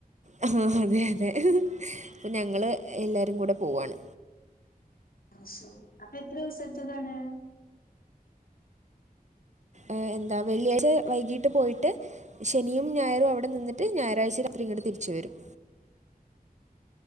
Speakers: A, on the right; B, on the left.
A: ആ അതെ അതെ അപ്പ ഞങ്ങള്
B: ഉം.
A: എല്ലാരും കൂടെ പോവാണ്
B: ആ ശരി അപ്പൊ എത്ര ദിവസത്ത താണ്?
A: ഏ എന്താ വെള്ളിയാഴ്ച വൈകീട്ട് പോയിട്ട് ശനിയും ഞായറും അടെന്നട്ട് ഞായറാഴ്ച രാത്രി ഇങ്ങട്ട തിരിച്ച് വരും